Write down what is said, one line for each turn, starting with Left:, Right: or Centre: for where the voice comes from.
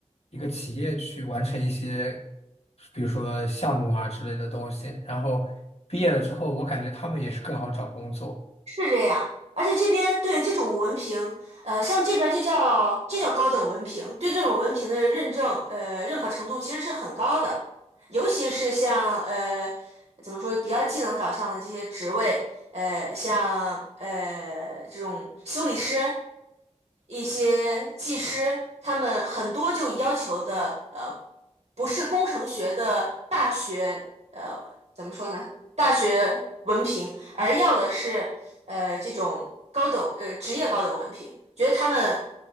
Left: 一个企业去完成一些，比如说项目啊之类的东西。然后毕业了之后，我感觉他们也是更好找工作。
Right: 是这样，而且这边对这种文凭，呃，像这边就叫就叫高等文凭，对这种文凭的认证，呃，认可程度其实是很高的，尤其是像呃怎么说比较技能导向的这些职位，呃，像呃这种修理师，一些技师，他们很多就要求的，呃，不是工程学的大学，呃，怎么说呢？大学文凭，而要的是，呃，这种高等，呃，职业高等文凭，觉得他们